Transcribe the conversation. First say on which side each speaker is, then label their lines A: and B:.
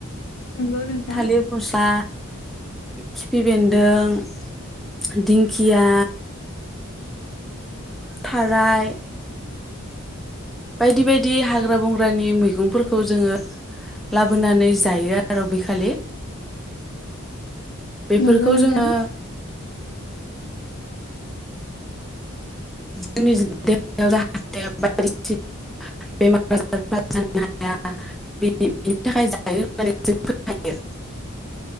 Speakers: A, on the left; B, in the centre.
A: नंगौ नोंथां
B: थालिर फस्ला खिफि बेन्दों दिंखिया थाराय बायदि बायदि हाग्रा बंग्रानि मैगंफोरखौ जोङो लाबोनानै जायो आरो बेखालि बेफोरखौ
A: नंगौ नोंथां
B: जोङो जोंनि देहायाव जाहाथे बायदिसिना बेमार आजारफ्रा जानो हाया बेनि थाखाय जायो होननानै जों खोनायो